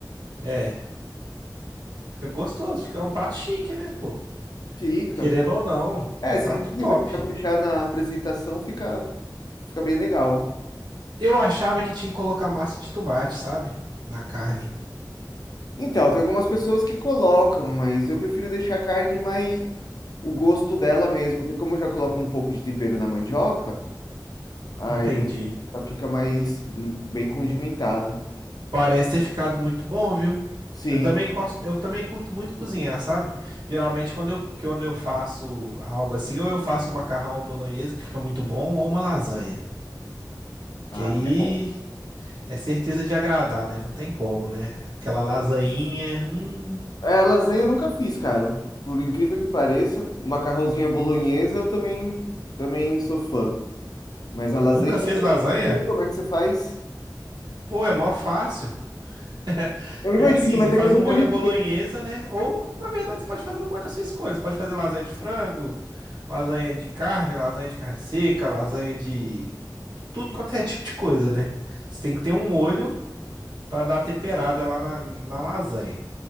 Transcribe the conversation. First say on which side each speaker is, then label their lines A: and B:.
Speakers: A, on the right; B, on the left.
A: É, fica gostoso, fica um prato chique, né, pô?
B: Fica.
A: Querendo ou não,
B: É,
A: é um
B: sim,
A: prato top.
B: mas se caprichar na apresentação fica, fica bem legal.
A: Eu achava que tinha que colocar massa de tomate, sabe? Na carne.
B: Então, tem algumas pessoas que colocam, mas eu prefiro deixar a carne mais o gosto dela mesmo, porque como eu já coloco um pouco de tempero na mandioca, aí
A: Entendi.
B: ela já fica mais hum, bem condimentada.
A: Parece ter ficado muito bom, viu?
B: Sim.
A: Eu também gosto, eu também curto muito cozinhar, sabe? Geralmente quando eu, que- quando eu faço algo assim, ou eu faço um macarrão bolonhesa que fica muito bom, ou uma lasanha.
B: Ah,
A: Que aí
B: é,
A: é certeza de agradar, né? Não tem como, né? Aquela lasainha. hum,
B: É, lasanha eu nunca fiz, cara. Por incrível que pareça, o macarrãozinho à bolonhesa eu também, também sou fã. Mas a lasanha,
A: nunca fez lasanha?
B: como é que você faz?
A: Pô, é mó fácil. <laughs>
B: Eu imagino,
A: É, sim,
B: mas
A: você
B: é
A: faz
B: que eu nunca
A: um molho
B: arrisco.
A: à bolonhesa, né? Ou, na verdade, você pode fazer um molho à sua escolha. Você pode fazer lasanha de frango, lasanha de carne, lasanha de carne seca, lasanha de tudo quanto é tipo de coisa, né? Você tem que ter um molho para dar a temperada lá na, na lasanha.